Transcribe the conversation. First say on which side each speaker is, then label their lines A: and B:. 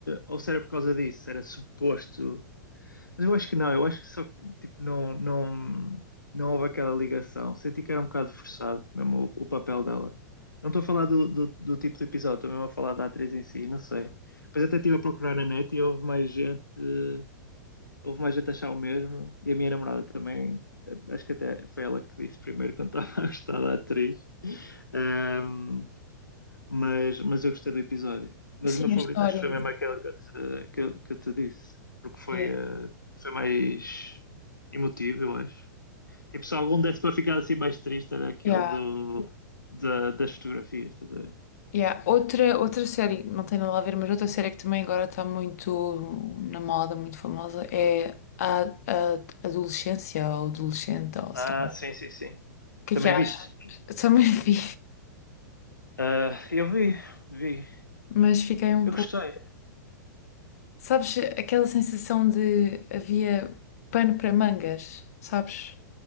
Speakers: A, on the left; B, on the left.
A: ou se era por causa disso. Era suposto. Mas eu acho que não, eu acho que só que, tipo, não, não, não houve aquela ligação. Senti que era um bocado forçado mesmo o, o papel dela. Não estou a falar do, do, do tipo de episódio, estou mesmo a falar da atriz em si, não sei. Depois até estive a procurar na net e houve mais gente, eh, houve mais gente a achar o mesmo. E a minha namorada também, eh, acho que até foi ela que disse primeiro quando estava <laughs> a gostar da atriz. Ahm, mas, mas eu gostei do episódio. Mas
B: Sim,
A: o meu favorito
B: a história.
A: acho que foi
B: em
A: mesmo
B: si.
A: aquele que eu te, que, eu- que eu te disse, porque foi,
B: Yeah.
A: eh, foi mais emotivo, eu acho. Tipo, se algum desse para ficar assim mais triste era aquele
B: Yeah.
A: do, da- das fotografias, estás a ver?
B: Yeah. Outra, outra série, não tem nada a ver, mas outra série que também agora está muito na moda, muito famosa, é a, a Adolescência ou Adolescente, ou
A: Ah,
B: sei lá. O
A: sim, sim, sim.
B: que
A: Também
B: é que achas?
A: viste?
B: Também vi,
A: Ah, eu vi, vi.
B: <laughs> mas fiquei um
A: Eu
B: pouco.
A: gostei.
B: Sabes, aquela sensação de havia pano para mangas, sabes?